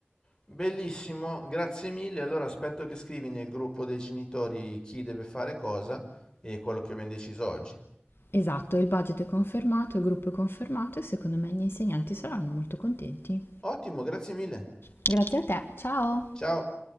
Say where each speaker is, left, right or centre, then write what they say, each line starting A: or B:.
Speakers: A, on the left; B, on the left.
A: bellissimo, grazie mille. Allora aspetto che scrivi nel gruppo dei genitori chi deve fare cosa e quello che abbiamo deciso oggi.
B: Esatto, il budget è confermato, il gruppo è confermato e secondo me gli insegnanti saranno molto contenti.
A: Ottimo, grazie mille.
B: Grazie a te, ciao!
A: Ciao.